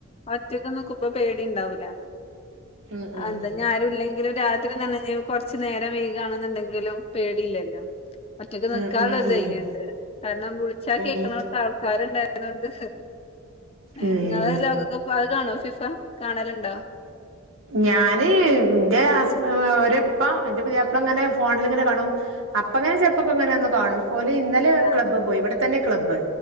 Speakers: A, on the left; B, on the right.
A: ഒറ്റക്ക നക്കുമ ഇ്പ പേടി ഉണ്ടാവൂല
B: ഉം ഉം
A: എന്താ ഞാനും ഇല്ലെങ്കും രാത് അന്ന കൊറച്ചു നേരം വൈകുകയാണെന്നുണ്ടെങ്കിലും പേടിയില്ലല്ലോ മറ്റൊക്ക്െ നൽക്കാനുള്ള
B: ഉം ഉം
A: ഒരു
B: ഉം
A: ധൈര്യ ഉണ്ട് കാരണം വിളിച്ചാ കേക്കണ
B: ഉം
A: അടടുത്തെ ആൾക്കാരുണ്ടായി അണ്ട് നിങ്ങള
B: ഉം ഉം
A: ലോകൊക്കെ കാണോ ഫിഫ കാണലുണ്ടോ
B: ഞാന് എന്റെസ് ഒപ്പാ എന്റെ പുതിയപ്പള അങ്ങനെ ഫോണിലിങ്ങനെ കാണും അപ്പ ഇങ്ങനെ ചെറപ്പൊക്കെ ഇങ്ങനെ ഒന്ന് കാണും ഓല ഇന്നലെ
A: ആ
B: ക്ലബ് പോയി ഇവിടെ തന്നെ ക്ലബ്